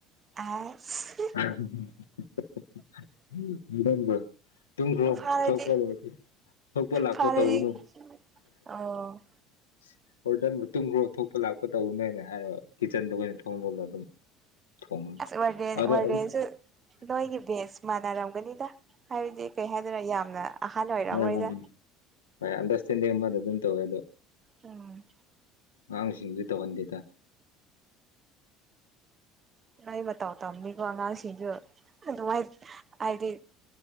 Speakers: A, on the right; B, on the left.
A: ꯑꯁ
B: <unintelligible> ꯇꯨꯝꯒ꯭ꯔꯣ
A: ꯐꯥꯔꯗꯤ
B: ꯊꯣꯛꯄ ꯂꯣꯏꯔꯗꯤ ꯊꯣꯛꯄ ꯂꯥꯛꯄ
A: ꯐꯥꯔꯗꯤ
B: ꯇꯧꯒꯅꯨ
A: ꯑꯣ
B: <inaudible> ꯋꯥꯔꯗꯦꯟꯕꯨ ꯇꯨꯝꯒ꯭ꯔꯣ ꯊꯣꯛꯄ ꯂꯥꯛꯄ ꯇꯧꯅꯦꯅ ꯍꯥꯏꯔ ꯀꯤꯠꯆꯟꯗꯅ ꯊꯣꯡ ꯂꯣꯜꯂ ꯑꯗꯨꯝ ꯊꯣꯡ
A: ꯑꯁ ꯋꯔꯗꯦꯟ
B: ꯑꯗꯣ
A: ꯋꯔꯗꯦꯟꯁꯨ
B: ꯑꯗꯨꯝ
A: ꯅꯣꯏꯒꯤ ꯕꯦꯁ ꯃꯥꯟꯅꯔꯝꯒꯅꯤꯗ ꯍꯥꯏꯕꯗꯤ ꯀꯩ ꯍꯥꯏꯗꯣꯏꯔꯣ ꯌꯥꯝꯅ ꯑꯍꯟ ꯑꯣꯏꯔꯝꯔꯣꯏꯗ
B: <unintelligible> ꯃꯌꯥꯝꯗꯣ <unintelligible> ꯑꯃꯗ ꯑꯗꯨꯝ ꯇꯧꯋꯦ ꯑꯗꯣ
A: ꯎꯝ
B: ꯑꯉꯥꯡꯁꯤꯡꯗꯤ ꯇꯧꯍꯟꯗꯦꯗ
A: ꯅꯣꯏ ꯃꯇꯧ ꯇꯝꯅꯤꯀꯣ ꯑꯉꯥꯡꯁꯤꯡꯁꯨ ꯑꯗꯨꯃꯥꯏ ꯍꯥꯏꯗꯤ